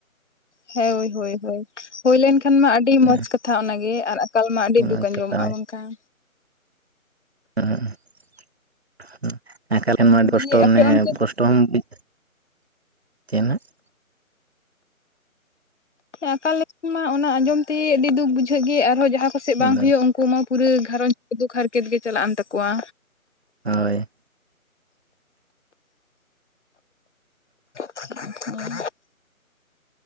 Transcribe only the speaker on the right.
ᱦᱮᱸ
ᱚᱱᱟ
ᱠᱟᱛᱷᱟ ᱦᱳᱭ
<unintelligible>
<inaudible>
ᱟᱫᱚ
ᱦᱳᱭ